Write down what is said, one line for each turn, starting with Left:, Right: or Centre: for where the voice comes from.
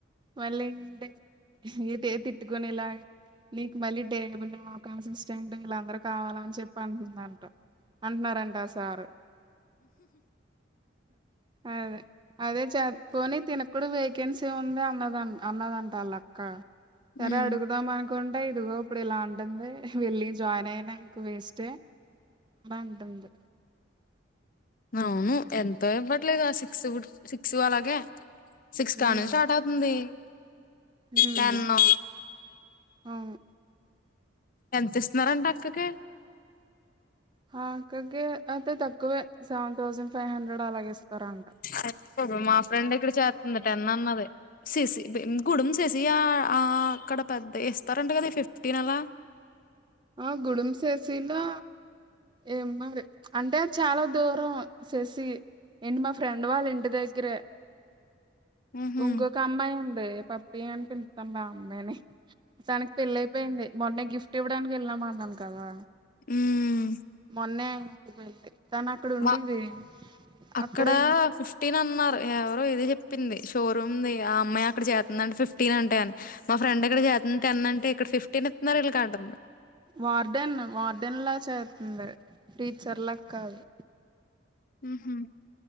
Right: మళ్ళీంటి ఇతే తిట్టుకని ఇలా నీకు మళ్ళీ టేబుల్ అవకాంశం ఇస్తేంటి వీళ్ళ అందరు కావాల అని చెప్పి అంటుంద అంట అంటున్నారంట సార్ అదే అదే చ పోని తినకుడ వేకెన్సీ ఉంది అన్నద అన్నదంట వాళ్ళ క్క సర
Left: ఉమ్
Right: అడుకుదా మ ఇకుంటే ఇదిగో ఇప్పుడు ఇలా ఉంటుంది వెళ్ళి జాయిన్ అయినా ఇంక వేస్ే అంటంది
Left: అవును ఎంతో ఇవ్వట్లేదు సిక్స్ సిక్స్ అలాగే సిక్స్ కా
Right: ఉమ్
Left: ను స్టార్ట్ అవుతుంది
Right: ఉమ్
Left: తను
Right: అవును
Left: ఎంత ఇస్తున్నారంటడి అక్కకి
Right: అక్కకి అయితే తక్కువే సెవెన్ థౌజండ్ ఫైవ్ హండ్రెడ్ అలాగేస్తారా అంట
Left: అయ్య మా ఫ్రె ఇక్కడి చేర్తుందిట ఎ అన్నది ససి గుడుమ్ ససి ఆ అక్కడ పెద్ద ఇస్తారంట కదా ఫిఫ్టీన్ అలా
Right: ఆ గుడుమ్ సేసలా ఏం మరి అంటే చాలా దూరం ససి ఏంటి మా ఫ్రెండ్ వాళ్ళ ఇంటి దగ్గర
Left: ఉహు
Right: ఇంకొక అమ్మాయి ఉండ పప్పి అని పిుతాం బ అమ్మాయిని తనకి పెళ్ళయిపోయింది మొన్న గిఫ్ట్ ఇవ్వడానికి వెళ్ళామ అన్నాను కదా
Left: ఉమ్
Right: మొన్నే వెళ్ళంది తను అక్కడ ఉండేది
Left: మా అక్కడ
Right: అక్కడై
Left: ఫిఫ్టీన్ అన్నారు ఎవరో ఇది చెప్పింది షోరూమ్ది ఆ అమ్మాయి అక్కడ చేతుందింటే ఫిఫ్టీన్ అంటే అని మా ఫ్రెండ్ అక్కడ చే అంత ఎ అంటే ఇక్కడ ఫిఫ్టీన్ ఎత్తున్నారు ఇీలా కా అంటంది
Right: వార్డెన్ వార్డెన్ లా చేస్తుంది టీచర్ కాదు
Left: హ